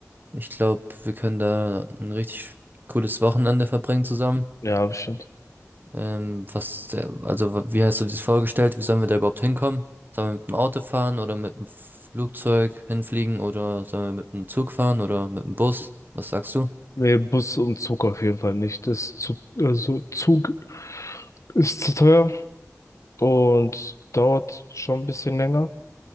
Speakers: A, on the right; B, on the left.
A: Ich glaube, wir können da ein richtig cooles Wochenende verbringen zusammen.
B: Ja, bestimmt.
A: Ähm, was, der- also wa- wie hast du dir das vorgestellt? Wie sollen wir da überhaupt hinkommen? Sollen wir mit dem Auto fahren oder mit dem Flugzeug hinfliegen oder sollen wir mit dem Zug fahren oder mit dem Bus? Was sagst du?
B: Nee, Bus und Zug auf jeden Fall nicht. Das ist zu, also Zug ist zu teuer und dauert schon ein bisschen länger.